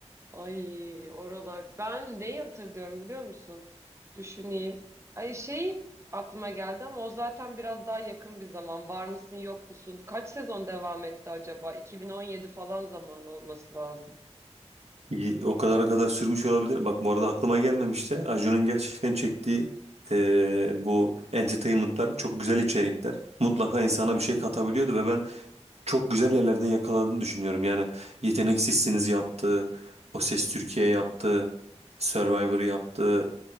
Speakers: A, on the right; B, on the right.
A: Ay oralar. Ben neyi hatırlıyorum biliyor musun? Düşüneyim. Ay şey aklıma geldi ama o zaten biraz daha yakın bir zaman. Var mısın yok musun? Kaç sezon devam etti acaba? 2017 falan zaman olması lazım.
B: İyi, O kadara kadar sürmüş olabilir. Bak bu arada aklıma gelmemişti. Acun'un gerçekten çektiği eee, bu entertainment'lar çok güzel içerikler. Mutlaka insana bir şey katabiliyordu ve ben çok güzel yerlerden yakaladığını düşünüyorum. Yani Yetenek yaptı, O Ses Türkiye yaptı, Survivor yaptı,